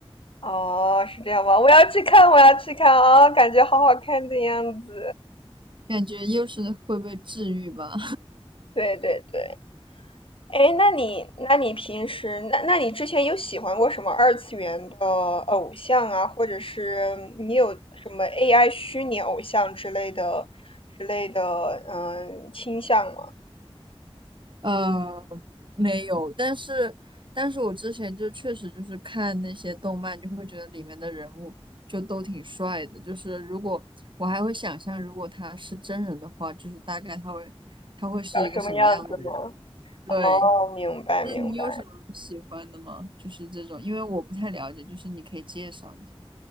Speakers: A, on the left (about 60°); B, on the right (about 55°).
A: 哦，是这样吗？我要去看，我要去看啊、哦感觉好好看的样子。
B: 感觉又是会被治愈吧。
A: 对对对。哎，那你，那你平时，那那你之前有喜欢过什么二次元的偶像啊，或者是你有什么 AI 虚拟偶像之类的之类的，嗯，倾向吗？
B: 呃，没有，但是，但是我之前就确实就是看那些动漫，就会觉得里面的人物就都挺帅的。就是如果我还会想象，如果他是真人的话，就是大概他会他会是一个什么样的人？
A: 长什么样子吗？
B: 对，
A: 哦，明白明白。
B: 那你有什么欢的吗？就是这种，因为我不太了解，就是你可以介绍一下。